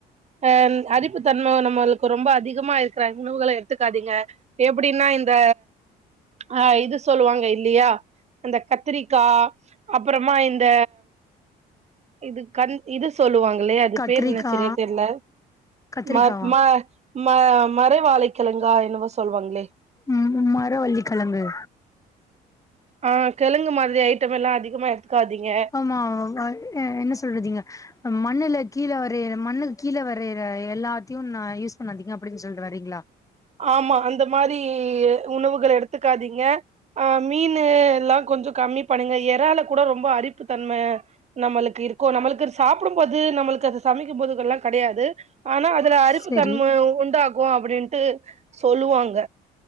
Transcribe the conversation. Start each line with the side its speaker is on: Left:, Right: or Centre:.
Right: அ அரிப்புத் தன்ம நம்மள் ரொம்ப அதிகமா இருக்கறாங்க உணவுகள எடுத்துக்காதீங்க எப்டினா இந்த அ இது சொல்லுவாங்கில்லயா இந்த கத்திரிக்கா அப்பறமா இந்த இது கண் இது சொல்லுவாங்கில்லயா அது
Left: கத்திரிக்கா
Right: பேரு என்ன செரியா தெர்ல
Left: கத்திரிக்காவா
Right: ம ம ம மறை வாழைக்கிழங்கா என்னவோ சொல்வாங்ளே
Left: ம் மரவள்ளிக்கிழங்கு
Right: ஆ கிழங்கு மாதிரி ஐட்டமெல்லா அதிகமா எடுத்துக்காதீங்க
Left: ம் ஆ என்ன சொல்றதீங்க மண்ணுல கீழ வரையற மண்ணுக்கு கீழ வரையற எல்லாத்தையு நா யூஸ் பண்ணாதீங்க அப்டின்னு சொல்ட்டு வரீங்ளா
Right: ஆமா அந்த மாரி உணவுகள எடுத்துக்காதீங்க ஆ மீன் எல்லா கொஞ்சோ கம்மி பண்ணுங்க எறால கூட ரொம்ப அரிப்புத் தன்ம நம்மளுக்கு இருக்கு நம்மளுக்கு அத சாப்பிடும்போது நம்மளுக்கு அத சமைக்கும்போதெல்லா கெடயாது ஆனா அதுல அரிப்புத்தன்ம
Left: செரி
Right: உண்டாகு அப்டின்ட்டு சொல்லுவாங்க